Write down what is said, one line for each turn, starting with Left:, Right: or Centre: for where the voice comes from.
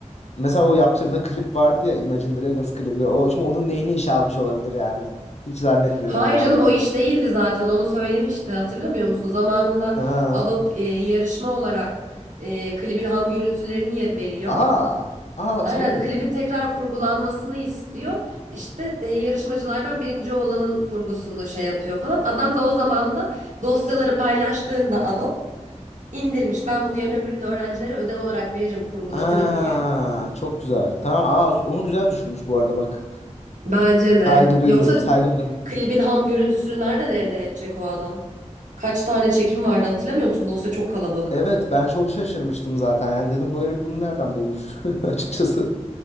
Left: Mesela o yaptırdığı klip vardı ya Imagine Dragons klibi. O şimdi onun neyini işe almış olabilir yani. Hiç zannetmiyorum
Right: Hayır
Left: onu alacağını.
Right: canım o iş değildi zaten onu söylemişti hatırlamıyor musun? Zamanında
Left: Ha.
Right: Adobe e, yarışma olarak e, klibin ham görüntülerini ye- veriyor.
Left: Aa. Aa hatırlamıyordum.
Right: Aynen klibin tekrar kurgulanmasını istiyor. İşte e, yarışmacılardan birinci olanın kurgusunu şey yapıyor falan. Adam da o zaman da dosyaları paylaştığında Adobe indirmiş. Ben bunu yarın öbür gün öğrencilere ödev olarak veririm kurgulatırım
Left: Aa
Right: diye.
Left: çok güzel. Tamam aa onu güzel düşünmüş bu arada bak.
Right: Bence
Left: Saygı
Right: de.
Left: duydum.
Right: Yoksa
Left: Saygı duydum.
Right: klibin ham görüntüsünü nereden elde edecek o adam? Kaç tane çekim vardı hatırlamıyor musun? Dosya çok kalabalıktı.
Left: Evet ben çok şaşırmıştım zaten. Yani dedim bu herif bunu nereden bulmuş <laughs> açıkçası.